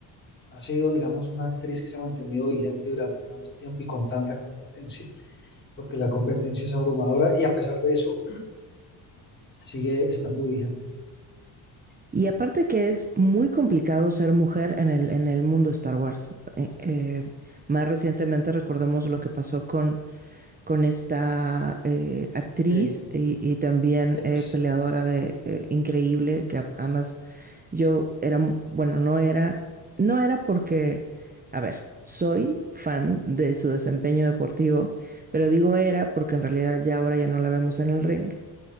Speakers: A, on the left; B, on the right.
A: ha sido, digamos, una actriz que se ha mantenido vigente durante tanto tiempo y con tanta competencia, porque la competencia es abrumadora y a pesar de eso sigue estando vigente.
B: Y aparte que es muy complicado ser mujer en el, en el mundo Star Wars. Eh, eh, más recientemente recordemos lo que pasó con con esta eh, actriz
A: Rey,
B: y, y también
A: Ace,
B: eh, peleadora de eh, increíble, que además yo era, bueno, no era, no era porque, a ver, soy fan de su desempeño deportivo, pero digo era porque en realidad ya ahora ya no la vemos en el ring